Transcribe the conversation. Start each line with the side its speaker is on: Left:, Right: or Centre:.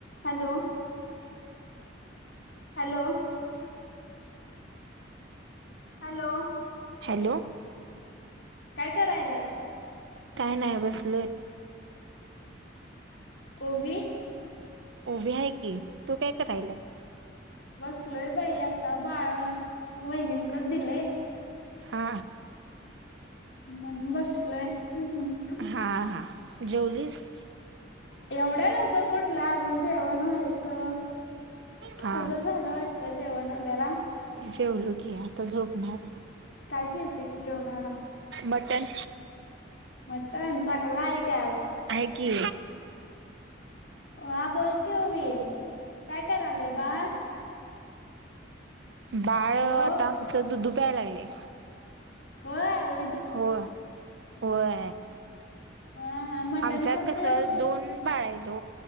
Left: Hello hello. Hello.
Right: Hello.
Left: काय करायलास?
Right: काय नाय बसलोय.
Left: तोवी
Right: ओवी हाय की तू काय करायल्यास?
Left: बसलोय बाई आता बाळ वहिणींकडे दिलेय.
Right: हा.
Left: म्हणून बसलोय. <unintelligible>
Right: हां हां जेवलीस?
Left: एवढ्या लवकर कुठलं अजून जेवण व्हायचं.
Right: हा
Left: तुझं झालं वाटतं जेवण वगैरा?
Right: जेवलो की आता झोपणार.
Left: काय केलतीस म जेवणाला?
Right: मटण
Left: मटन चांगला आहे का आज?
Right: आहे की
Left: हा बोल की ओवी काय करायलंय बाळ?
Right: बाळ
Left: हॅलो
Right: आता आमचं दुधू प्यायला लागलय.
Left: होय आव
Right: होय होय.
Left: हा हा मटण
Right: आमच्यात
Left: खात
Right: कसं
Left: नाही ओवी
Right: दोन बाळ आहे तो